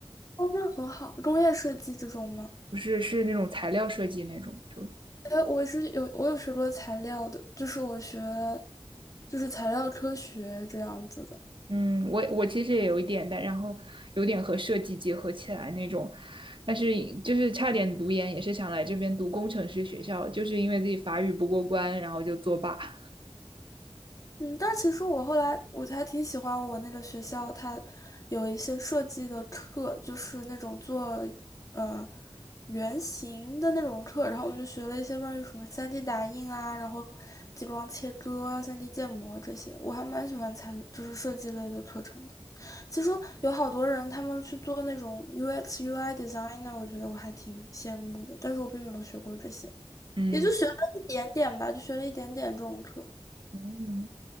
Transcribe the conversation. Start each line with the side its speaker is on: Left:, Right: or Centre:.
Left: 哦，那很好，工业设计这种吗？
Right: 不是是那种材料设计那种，就
Left: 呃，我是有我有学过材料的，就是我学就是材料科学这样子的。
Right: 嗯，我我其实也有一点的，然后有点和设计结合起来那种，但是就是差点读研，也是想来这边读工程师学校，就是因为自己法语不过关，然后就作罢。<laughs>
Left: 嗯，但其实我后来我还挺喜欢我那个学校，它有一些设计的课，就是那种做呃原型的那种课，然后我们就学了一些关于什么 3D 打印啊，然后激光切割啊、3D 建模这些，我还蛮喜欢参就是设计类的课程的。其实有好多人他们去做那种 UX、UI designer，我觉得我还挺羡慕的，但是我并没有学过这些，
Right: 嗯
Left: 也就学了一点点吧，就学了一点点这种课。
Right: 嗯，